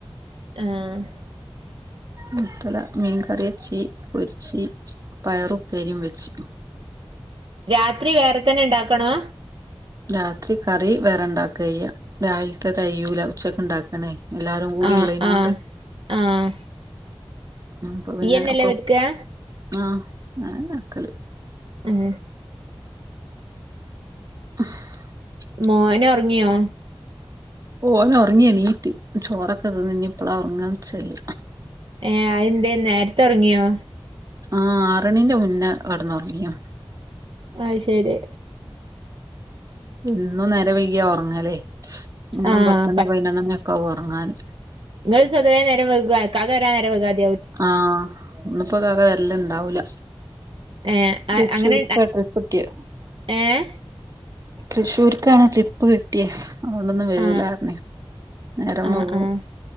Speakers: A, on the right; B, on the right.
A: ഏഹ്
B: നെത്തല മീൻ കറി ച്ചി പൊരിച്ചീ പയറു ഉപരിയും വെച്ച്
A: രാത്രി വേറെ തന്നെ ഉണ്ടാക്കണോ
B: രാത്രി കറി വേറെണ്ടാക്കയ്യ രാവിലത്തെ തയ്യൂല ഉച്ചക്ക് ഉണ്ടാക്കണേ എല്ലാരും കൂടി
A: ആഹ്
B: ഇള്ളിനോട്
A: ആഹ് ആഹ്
B: ഉ അപ്പൊ പിന്നെ
A: ഇയ്യന്നല്ലേ
B: ഒക്ക
A: വെക്കാ
B: ആഹ് ഞാന്നെ വക്കല്
A: ഏ
B: <unintelligible>
A: മോന ഒറങ്ങിയോ
B: ഓന് ഉറങ്ങി എണീറ്റ് ചോറൊക്കെ തിന്നു ഇനി പ്പളാ ഉറങ്ങാ നിച്ചല്ല
A: ഏഹ് അത് എന്തേ നേരത്തെ ഒറങ്ങിയോ
B: ആഹ് ആറണീന്റെ മുന്നേ കെ ടന്നുറങ്ങിയോ
A: അയ്ശരി
B: ഇന്നും നേരം വൈക്യ ഉറങ്ങല് ഇന്നും
A: ആഹ്
B: പത്തണി പൈനൊന്നണി കവ് ഒറങ്ങാന്
A: ങ്ങള് സ്വതവേ നേരവേകൊ ക്കാക്ക വരാൻ നേരവേകൊ
B: ആഹ് ന്നിപ്പോ കാക വരല് ണ്ടാവൂല
A: ഏഹ് അഹ്
B: തൃശൂർക്കാ
A: അങ്ങനെ
B: ട്രിപ്പ്‌ ട്ട്യേ
A: ഏഹ്
B: തൃശ്ശൂർക്കാണ് ട്രിപ്പ് കിട്ടിയെ അതോണ്ടോന്നും വരൂലറിന
A: ആഹ്
B: നേരം
A: ആഹ്
B: വെകും
A: ആഹ്